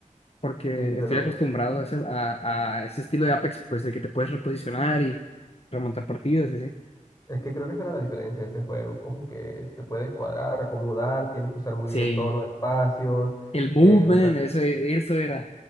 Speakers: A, on the left (about 50°); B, on the left (about 25°).
A: porque
B: Sí, pero
A: estoy acostumbrado a ese, a, a ese estilo de Apex, pues de que te puedes reposicionar y remontar partidos, y así.
B: es que creo que esa era la diferencia de ese juego, como que te puedes cuadrar, acomodar, tienes que usar muy
A: Sí,
B: bien todos los espacios,
A: el movement,
B: eh, usar
A: eso, eso era.